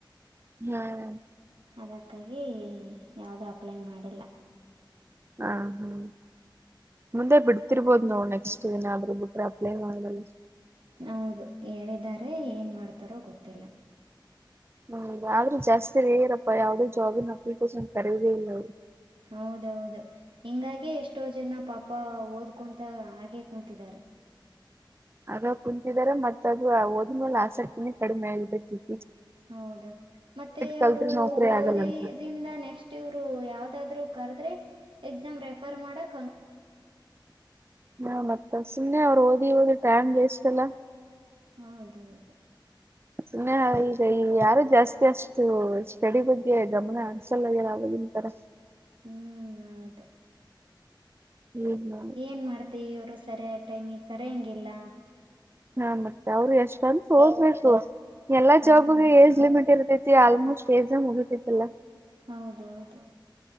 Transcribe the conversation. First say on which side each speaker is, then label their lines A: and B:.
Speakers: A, on the right; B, on the right.
A: ಹ್ಮ್.
B: ಅದಕ್ಕಾಗಿ ಯಾವುದೂ ಅಪ್ಲೈ ಮಾಡಿಲ್ಲ.
A: ಹಾ ಹ್ಮ. ಮುಂದೆ ಬಿಡ್ತಿರ್ಬೋದ ನೋ ನೆಕ್ಸ್ಟ್ ಏನಾದ್ರು ಬಿಟ್ರೆ ಅಪ್ಲೈ ಮಾಡಲ್ಲ.
B: ಹೌದು ಹೇಳಿದ್ದಾರೆ ಏನು ಮಾಡ್ತಾರೋ ಗೊತ್ತಿಲ್ಲ.
A: ಹ್ಮ್ ಆದ್ರೂ ಜಾಸ್ತಿ ರೇರಪ್ಪಾ ಯಾವ್ದೇ ಜಾಗಿನ್ ಹಕ್ಲಿಕ್ಕೋಸನ್ ಕರುದೇ ಇಲ್ಲ.
B: ಹೌದೌದು ಹಿಂಗಾಗಿ ಎಷ್ಟೋ ಜನ ಪಾಪ ಓದ. ಕುೂಂತಾ ಹಾಗೇ ಕುೂತಿದ್ದಾರೆ.
A: ಆಗ ಕುಂತಿದಿದ್ದಾರೆ ಮತ್ತ ಅದು ಓದ್ನಲ್ಲ ಆಸಕ್ತಿನೇ ಕಡಿಮೆ ಇರ್ಬೇಕಿತ್ತು.
B: ಹೌದಾ ಮತ್ತೆ ಅವರು
A: ಕಲ್ತ್ರಿ ನೌಕರಿ
B: ಓದಿದಿಂದ
A: ಆಗಲ್ಲ ಅಂತ
B: ನೆಕ್ಸ್ಟ್ ಇವ್ರು ಯಾವ್ದಾದ್ರು. ಕದ್ರೆ ಎಕ್ಸಾಮ್ ರೆಫರ್ ಮಾಡಕ್.
A: ಹಾ ಮತ್ತ ಸುಮ್ಮನೆ ಅವ್ರು ಓದಿ ಓದಿ ಟ್ಯಾಂ್ ವೇಷ್ಟ ಎಲ್ಲ.
B: ಹೌದೌದು.
A: ಸುಮ್ಮನೆ ಈಗ ಯಾರು ಜಾಸ್ತಿ ಅಷ್ಟು ಸ್ಟಡಿ ಬಗ್ಗೆ ಗಮನ ಅನ್ಸಲ್ಲ ಅವಲ್ಲ. ತನ್ ತರ.
B: ಹ್ಮ್ ಹೌದು.
A: ಏನ್
B: ಏನು ಮಾಡ್ತೀವಿ ಇವರು ಸರಿಯ ಟೈಮಿಗೆ ಕರಂಗಿಲ್ಲ.
A: ಹಾ ಮತ್ತೆ ಅವರು ಎಷ್ಟಂತ ಹೋಗ್ಬೇಕು ಎಲ್ಲಾ
B: ಹಾಂ
A: ಜಾಬ್ಗೆ ಏಜ್ ಲಿಮಿಟ್ ಇರತಿ. ಆಲ್ಮೋಸ್ಟ್ ಕೆೇ ಜ ಮುಗಿಸಲ್ಲ.
B: ಹೌದೌದು.